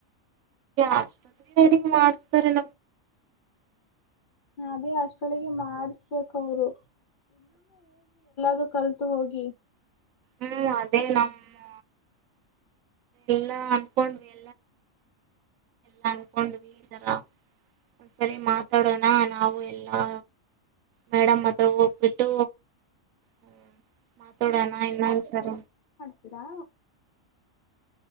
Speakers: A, on the right; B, on the left.
A: ಅಷ್ಟೊತ್ತಿಗೆ ರಡಿ ಮಾಡ್ತಾರೆ
B: ಇದು ಅಷ್ಟರೊಳಗೆ ಮಾಡಬೇಕು ಅವರು ಹು ಕಾಲತ್ ಬಾ ಹೋಗಿ
A: ಹು ಅದೇ ನಮ್ಮ ಇಲ್ಲಾ ಅನ್ಕೊಂಡಿವಿ ನಂಗೆಲ್ ಒಂದ ಸರಿ ಮಾತಾಡೋಣ ನಾವು ಎಲ್ಲಾ ಮೇಡಂ ಅತ್ರ ಹೋಗಿ ಬಿಟ್ಟು ಹು ನೋಡೋಣ ಇನ್ನೊಂದು ಸಲ
B: ಹೌದಾ